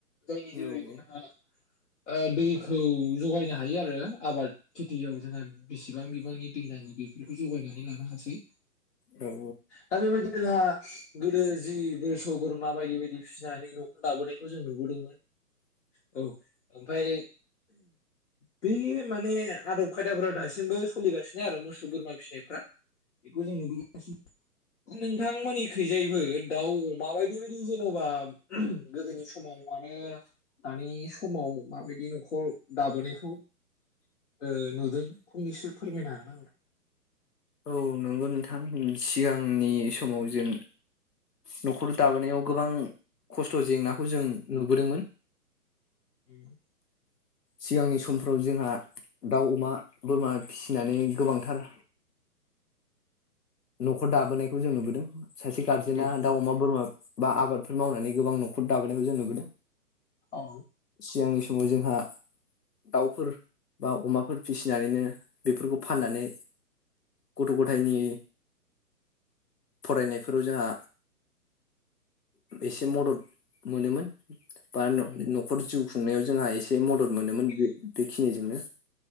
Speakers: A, on the left; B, on the left.
A: जायनि जोहै
B: औ
A: जोंहा ओ दैखौ जगायनो हायो आरो आबाद खेथियाव जोंहा बेसेबां बिबांनि दै नांगौ बेफोरखौ जगायनानै लानो हासै
B: औ
A: दा बेबायदिनो जोंहा गोदो जि मोसौ बोरमा बायदि बायदि फिसिनानै न'खर दाबोनायखौ जों नुबोदोंमोन औ ओमफ्राय बे माने आदब खायदाफोरा दासिमबो सोलिगासिनो आरो मोसौ बोरमा फिसिनायफ्रा बेखौ जों नुबोगासिनो दङ नोंथांमोननि खैजायबो दाउ माबायदि बायदि जेन'बा गोदोनि समाव आरो दानि समाव माबायदि न'खर दाबोनायखौ ओ नुदोंफंनैसो फोरमायनो हानांगोन
B: औ नंगौ नोंथां सिगांनि समाव जों न'खर दाबोनायाव गोबां खस्थ' जेंनाखौ जों नुबोदोंमोन।
A: उम
B: सिगांनि समफ्राव जोंहा दाउ अमा बोरमा फिसिनानै गोबांथार न'खर दाबोनायखौ जों नुबोदों सासे गारजेना
A: औ
B: दा अमा बोरमा बा आबादफोर मावनानै गोबां न'खर दाबोनायखौ जों नुबोदों
A: औ
B: सिगांनि समाव जोंहा दाउफोर बा अमाफोर फिसिनानैनो बेफोरखौ फाननानै गथ' गथायनि फरायनायफोराव जोंहा एसे मदद मोनोमोन बा
A: उम नंगौ
B: न'खर जिउ खुंनायाव जोंहा एसे मदद मोनोमोन बे बेखिनिजोंनो